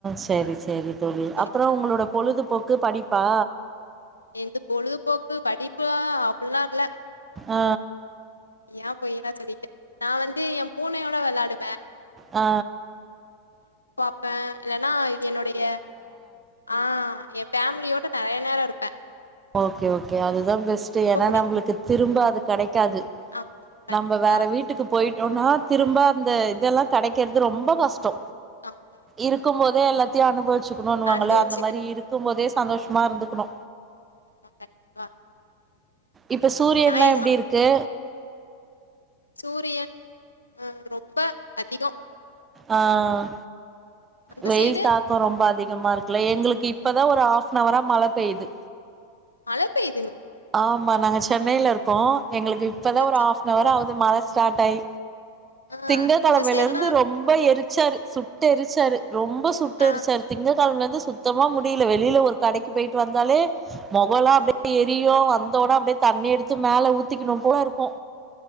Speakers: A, on the right (about 20°); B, on the left (about 85°).
A: சரி சேரி தோழி
B: சரி
A: அப்றொ உங்ளோட பொழுதுபோக்கு படி பா
B: என்து பொழுதுபோக்கு படிப்லா அப்புல்லா இல்ல
A: ஆ
B: யா பொய்யெல்லா சொல்லிட்டு நா வந்து எ பூனயோட வெள்ளாடு
A: ஆ
B: ப இல்லனா என்னோடைய ஆ எ ஃபேம்லியோட நறைய நேரொ இர்ப்ப
A: ஓக்கே ஓக்கே அதுதா பெஸ்ட்டு ஏன்னா
B: பிடிக்கும்
A: நம்புளுக்கு திரும்ப அது கடைக்காது
B: ஆமாம் கண்டிப்பாக
A: நம்ப வேற வீட்டுக்கு போய் டோனா திரும்ப அந்த இதெல்லா கெடைக்கறது ரொம்ப கஷ்டொ
B: ஆமாம் ஆமாம்
A: இருக் கும்போதே எல்லாத்தயு அனுபவிச்சு ர்னுன்வாங்கள
B: அனுபவிச்சுக்கணும்
A: அந்த மாரி இரு ம் போதே சந்தோஷமா இருந்துக்கணு
B: <inaudible>
A: இப்ப சூரியன்ல்லா
B: நான் எங்கள்
A: எப்டி இருக்கு
B: சூரியன் அஹ் ரொம்ப அதிகோ
A: ஆஹ்
B: அந்த
A: வெயில்
B: சைடு
A: தாக்கம் ரொம்ப அதிகமா இருக்குல்ல எங்களுக்கு இப்பதா ஒரு ஹாஃபனவரா மழ பெய்யுது
B: மழ பெய்
A: ஆமா நாங்க சென்னைல இருக் கோ எங்களுக்கு இப்பதா
B: சச்சா
A: ஒரு ஹாஃபனவர் ஆகுது மழ சார்ட்டாய்
B: ஆ
A: திங்க கெழமய்ல
B: இந்த சைடுலாம்
A: இருந்து ரொம்ப எரிச்சாரு சுட் ட்டெரிச்சாரு ரொம்ப சுட்டுடெரிச்சாரு
B: ஆ
A: திங்க கெழம்ல இருந்து சுத்தமா முடி வெளில ஒரு கடைக்கு போய்ட்டு வந்தாலே மொகலா அப்டியே
B: ஆ
A: எ ரியோ வந்தோன அப்டியே தண்ணி எடுத்து மேல ஊத்திக்கணு போல இருக் கு